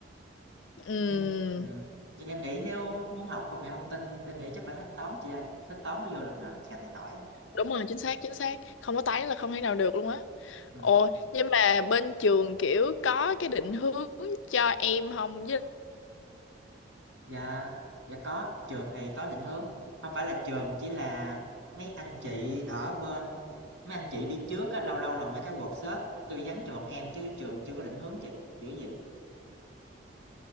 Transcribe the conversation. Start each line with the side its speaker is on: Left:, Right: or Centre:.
Left: Ừm,
Right: nhưng ừ, nhưng em nghĩ nếu muốn học công nghệ thông tin em nghĩ chắc phải thích toán chị ơi thích toán mới vô được ngành ngành này nổi
Left: đúng rồi chính xác chính xác không có tái là không thể nào được luôn á
Right: Ừm,
Left: ồ nhưng mà bên trường kiểu có cái định hướng cho em không với
Right: dạ dạ có, trường thì có định hướng, không phải là trường, chỉ là mấy anh chị ở bên mấy anh chị đi trước á, lâu lâu là mấy cái workshop tư vấn cho bọn em chứ trường chưa có định hướng chị, kiểu gì